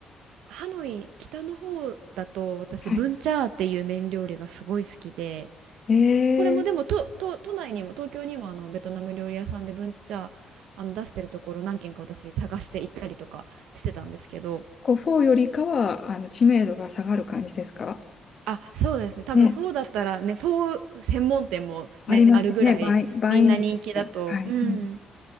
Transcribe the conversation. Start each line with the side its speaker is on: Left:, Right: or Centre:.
Right: ハノイ、北の方だと、私、
Left: はい。
Right: ブンチャーっていう麺料理がすごい好きで、
Left: え
Right: これもでもとと都内にも東京にもあのベトナム料理屋さんでブンチャーあの出してるところ何軒か私探して行ったりとかしてたんですけど
Left: ー、こう、フォーよりかは、あの、知名度が下がる感じですか
Right: あそうですね多分フォーだったらねフォー専門店もねあるぐらいみんな人気だと、
Left: ね、ありますね、バイ、バインねミーみたいな。はい、
Right: うん、
Left: うん。